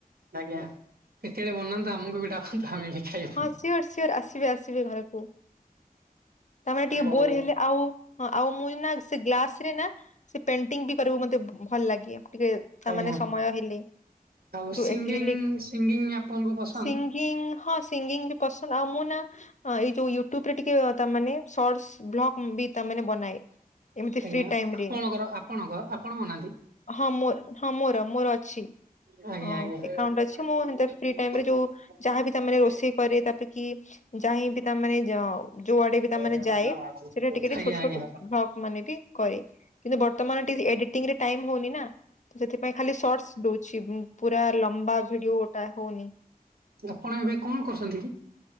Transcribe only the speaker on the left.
ହଁ ସିଓର ସିଓର ଆସିବେ ଆସିବେ ଘରକୁ ତାମାନେ ଟିକେ
ବୋର ହେଲେ ଆଉ ହଁ ଆଉ ମୁଁ ନା ସେ ଗ୍ଲାସ ରେ ନା ସେ ପେଣ୍ଟିଂ ବି କରିବାକୁ ମତେ ଭଲ ଲାଗେ ଟିକେ ତାମାନେ
ସମୟ ହେଲି
ଯୋଉ
ଏକ୍ରିଲିକ୍
ସିଂ ହଁ ସିଙ୍ଗିଙ୍ଗ ବି ପସନ୍ଦ ଆଉ ମୁଁ ନା ଏଇ ଯୋଉ ୟୁଟ୍ୟୁବ ରେ ଟିକେ ତାମାନେ ଶର୍ଟସ ବ୍ଲକ ବି ତା ମାନେ ବନାଏ। ଏମିତି
ଫ୍ରି ଟାଇମ
ରେ
ହଁ ମୋର ହଁ ମୋର ମୋର ଅଛି
ହଁ
ଆକାଉଣ୍ଟ
ଅଛି ମୁଁ ହେମିତି
ଫ୍ରୀ
ଟାଇମ
ରେ ଯୋଉ ଯାହା ବି
ତାମାନେ ରୋଷେ ଇ କରିବେ ତାପରେ କି ଯାଇବି ତାମାନେ ଯ ଯୋଉଆଡେ ବି ତାମାନେ
ଯାଏ, ସେଟା ଟିକେ ଟିକେ ଛୋଟ ଛୋଟ ଭ୍ଲକ ମାନେ ବି କରେ। କିନ୍ତୁ ବର୍ତ୍ତମାନ ଟିକେ ଏଡିଟିଂ ରେ ଟାଇମ ହଉନି ନା, ତ ସେଥିପାଇଁ ଖାଲି ସର୍ଟସ ଦଉଛି। ପୁରା ଲମ୍ବା ଭିଡିଓ ଟା ହଉନି।